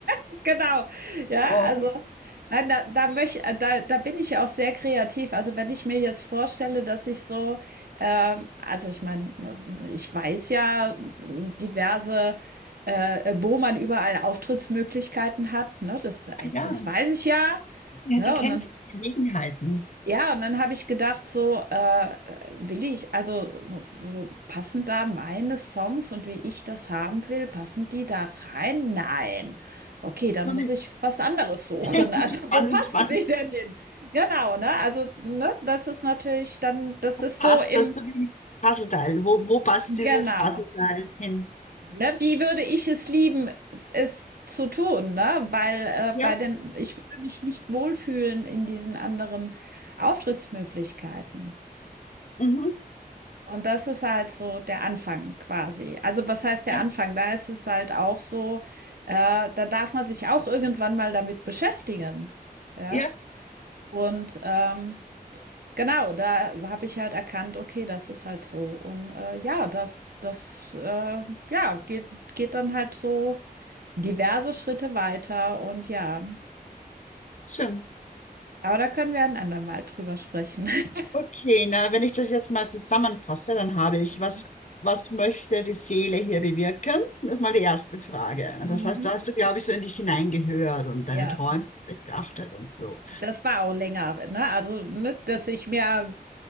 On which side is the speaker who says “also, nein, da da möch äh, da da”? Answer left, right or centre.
Right